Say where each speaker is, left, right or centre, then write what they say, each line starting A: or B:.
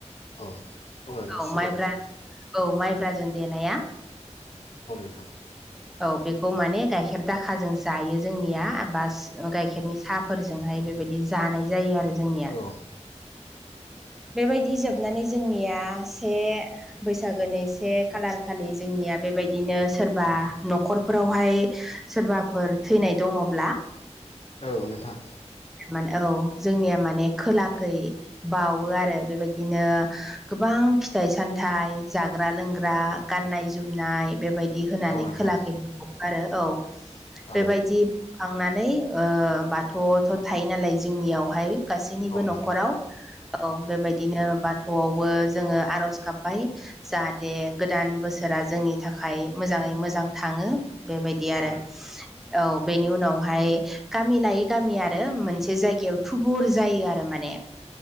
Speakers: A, on the left; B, in the centre.
A: औ नोंथां
B: औ
A: सिनायो
B: माइब औ माइब्राजों देनाया
A: अ नोंथां
B: औ बेखौ माने गाइखेर दाखाजों जायो जोंनिया बास
A: औ
B: गाइखेरनि साहा फोरजोंहाय बेबायदि जानाय जायो आरो जोंनिया
A: औ
B: बेबायदि जोबनानै जोंनिया से बैसागोनि से खालार खालि जोंनिया बेबायदिनो सोरबा न'खरफोरावहाय सोरबाफोर थैनाय दङब्ला
A: औ नोंथां
B: मान औ जोंनिया माने खोलाखै बावो आरो बेबायदिनो गोबां फिथाइ सामथाइ जाग्रा लों <unintelligible> गाननाय जोमनाय बेबायदि होनानै
A: औ नोंथां
B: खोलाखै बावो आरो औ।
A: औ
B: बेबायदि बावखांनानै ओ बाथौवावथ' थायो नालाय जोंनियावहाय गासैनिबो
A: औ नोंथां
B: न'खराव औ बेबायदिनो बाथौआवबो जोङो आरज गाबबाय जाहाथ दे गोदान बोसोरा जोंनि थाखाय मोजाङै मोजां थाङो बेबायदि आरो
A: औ नोंथां
B: औ बेनि उनावहाय गामि लायै गामि आरो मोनसे जायगायाव थुबुर जायो आरो माने